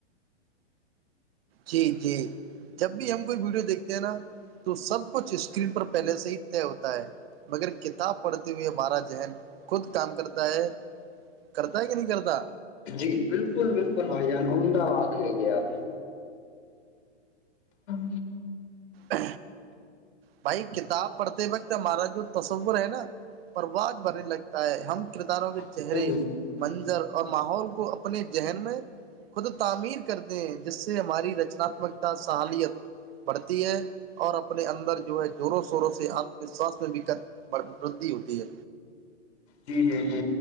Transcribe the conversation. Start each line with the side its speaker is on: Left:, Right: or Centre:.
Right: جی جی جب بھی ہم کوئی ویڈیو دیکھتے ہیں نا تو سب کچھ اسکرین پر پہلے سے ہی طے ہوتا ہے مگر کتاب پڑھتے ہوئے ہمارا ذہن خود کام کرتا ہے کرتا ہے کہ نہیں کرتا
Left: جی بالکل بالکل بھائی جان احمدباد لے گئے آپ نے ہاں
Right: ا بھائی کتاب پڑھتے وقت ہمارا جو تصور ہے نا پرواز بھرنے لگتا ہے ہم کرداروں کے
Left: نے
Right: چہرے منظر اور ماحول کو اپنے ذہن میں خود تعمیر کرتے ہیں جس سے ہماری رچنااتمکتا سحالیت بڑھتی ہے اور اپنے اندر زوروں شوروں سے آتم وشواس میں بھی بڑ ودی ہوتی ہے
Left: جی جی جی